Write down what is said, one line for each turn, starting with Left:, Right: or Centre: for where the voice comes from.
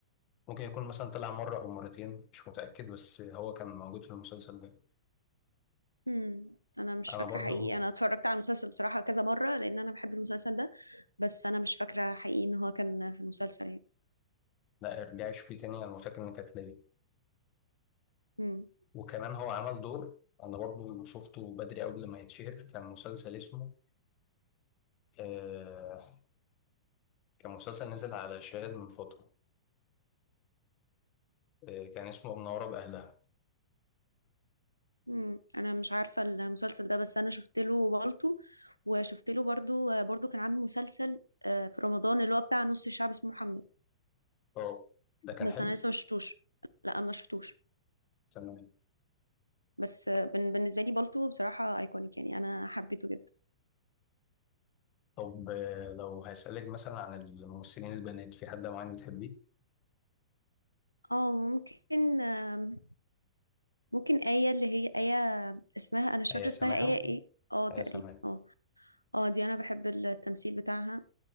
Left: ممكن يكون مثلا طلع مرة أو مرتين مش متأكد بس هو كان موجود في المسلسل ده
Right: هم انا مش
Left: أنا
Right: فاكره
Left: برضو
Right: حقيقي انا اتفرجت على المسلسل بصراحه كذا مره لان انا بحب المسلسل ده بس انا مش فاكره حقيقي ان هو كان في المسلسل
Left: لا ارجعي شوفيه تاني أنا متأكد إنك هتلاقيه
Right: يعني
Left: وكمان هو عمل دور أنا برضو شفته بدري قبل ما يتشهر كان مسلسل اسمه آه كان مسلسل نزل على شاهد من فترة آه كان اسمه منورة بأهلها
Right: مم. انا مش عارفه المسلسل ده بس انا شفت له بالطو وشفت له برضو برضو كان عامل مسلسل آه، في رمضان اللي هو بتاع نص الشعب اسمه محمد
Left: اه ده كان
Right: بس
Left: حلو
Right: انا لسه ما شفتوش لا ما شفتوش
Left: تمام
Right: بس آه، بن- بالنسبه لي بالطو بصراحه ايكونيك يعني انا حبيته جدا
Left: طب آه، لو هسألك مثلا عن الممثلين البنات في حد معين بتحبيه
Right: اه ممكن آم، ممكن آية اللي هي آية اسمها انا مش
Left: هي
Right: فاكره اسمها
Left: سماحة
Right: آية ايه اه تقريبا
Left: هي سماحة
Right: اه اه دي انا بحب التمثيل بتاعها